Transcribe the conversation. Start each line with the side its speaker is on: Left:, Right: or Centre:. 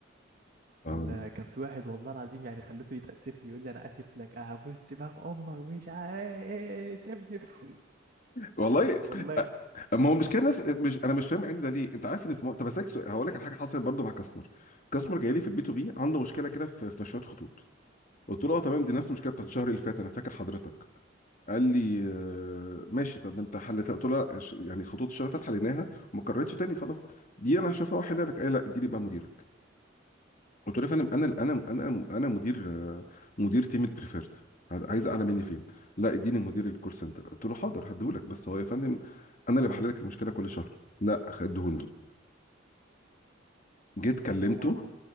Left: اه
Right: لا كان في واحد والله العظيم يعني خليته يتاسف لي يقول لي انا اسف لك هبوس دماغ امك مش عايز سيبني بقى. <laughs>
Left: والله
Right: والله
Left: أ- ما هو مش كده الناس مش انا مش فاهم عندي ده ليه انت عارف ان في م... طب اسالك سؤال هقول لك على حاجه حصلت برضو مع كاستمر كاستمر جاي لي في البي تو بي عنده مشكله كده في في مشويات خطوط قلت له اه تمام دي
Right: امم
Left: نفس المشكله بتاعت الشهر اللي فات انا فاكر حضرتك قال لي آه، ماشي طب انت حلتها قلت له لا ش- يعني خطوط الشرفات حليناها وما كررتش تاني خلاص دي انا هشوفها واحلها لك قال لي لا دي لي بقى مديرك قلت له يا فندم انا انا انا انا مدير آه، مدير تيم البريفيرت عايز اعلى مني فين لا اديني مدير الكول سنتر قلت له حاضر هديهولك بس هو يا فندم انا اللي بحل لك المشكله كل شهر لا خدهوني جيت
Right: امم
Left: كلمته
Right: هما